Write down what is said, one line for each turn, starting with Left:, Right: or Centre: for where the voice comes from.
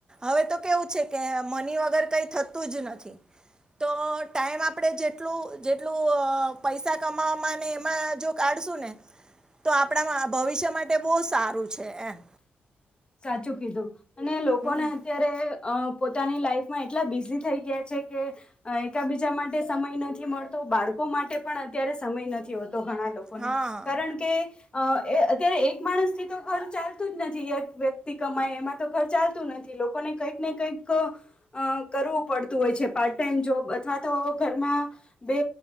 Right: હવે તો કેવું છે કે મની વગર કઈ થત તું જ નથી તો ટાઈમ આપણે જેટલું જેટલું પૈસા કમાવામાં ને એમાં જો કાઢશું ને તો આપણામાં ભવિષ્ય માટે બહુ સારું છે એમ.
Left: સાચું કીધું અને લોકોને
Right: હમ
Left: અત્યારે પોતાની લાઈફમાં એટલા બિઝી થઈ ગયા છે કે એકબીજા માટે સમય નથી મળતો બાળકો માટે પણ અત્યારે સમય નથી હોતો ઘણા લોક લોકોને
Right: હા
Left: કારણકે અ એ અત્યારે એક માણસ થી તો ઘર ચાલતું જ નથી એક વ્યક્તિ કમાય એમાં તો ઘર ચાલતું નથ. થી લોકોને કંઈક ને કંઈક અ કરવું પડતું હોય છે પાર્ટ ટાઈમ જોબ અથવા તો ઘરમાં બે